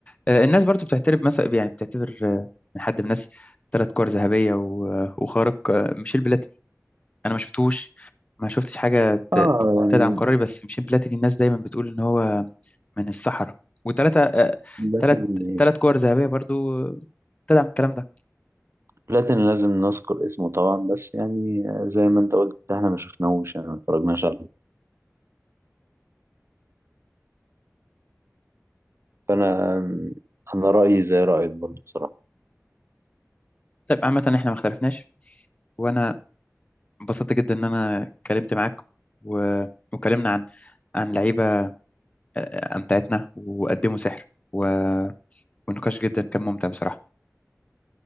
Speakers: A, on the left; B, on the right.
A: آه الناس برضو بتعترف مثلا يعني بتعتبر آه من حد من الناس ثلاث كور ذهبية و- آه، وخارق آه ميشيل بلاتيني أنا ما شفتوش ما شفتش حاجة ت-
B: اه
A: تدعم
B: يعني
A: قراري بس ميشيل بلاتيني الناس دايما بتقول إن هو من الصحراء وثلاثة آه
B: بلاتيني
A: ثلاث ثلاث كور ذهبية برضو آه، تدعم الكلام ده
B: بلاتيني لازم نذكر اسمه طبعا بس يعني زي ما انت قلت احنا ما شفناهوش يعني ما اتفرجناش عليه فانا انا رأيي زي رأيك برضه بصراحة
A: طيب عامة احنا ما اختلفناش وأنا انبسطت جدا ان انا اتكلمت معاك و... وكلمنا عن عن لعيبه آه، آه، امتعتنا وقدموا سحر و... والنقاش جدا كان ممتع بصراحه